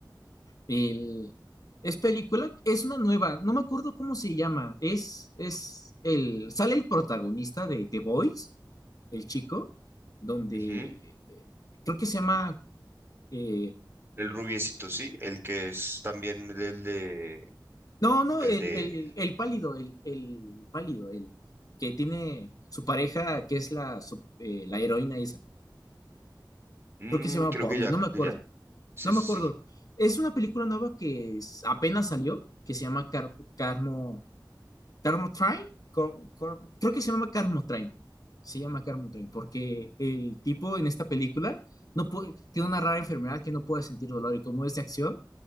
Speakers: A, on the left (about 50°); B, on the right (about 30°).
A: El, es película, es una nueva, no me acuerdo cómo se llama. Es, es el, sale el protagonista de The Boys, el chico, donde
B: Ujú.
A: eh, creo que se llama, eh,
B: El rubiecito, sí, el que es también el el de,
A: no, no,
B: el
A: el,
B: de,
A: el, el pálido, el, el pálido, el que tiene su pareja, que es la, su- eh, la heroína esa.
B: mm,
A: Creo que se llama
B: creo
A: Bobby,
B: que ya,
A: no
B: creo
A: me acuerdo,
B: que ya, sí,
A: no
B: sí,
A: me acuerdo.
B: sí.
A: Es una película nueva que es- apenas salió, que se llama Car- Carmo Carmo Train, Cor- Cor- creo que se llama Carmo Train, se llama Carmo Train, porque el tipo en esta película no puede, tiene una rara enfermedad que no puede sentir dolor y como es de acción,